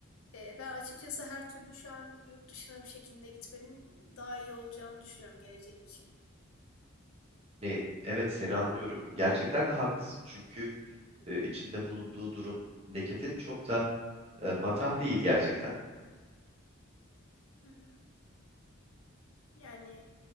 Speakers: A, on the left; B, on the right.
A: eee, ben açıkçası her türlü şu an yurt dışına bir şekilde gitmenin daha iyi olacağını düşünüyorum geleceğim için.
B: Ne, evet seni anlıyorum. Gerçekten de haklısın. Çünkü e, içinde bulunduğu durum leketin çok da e, matah değil gerçekten.
A: Hı hı. Yani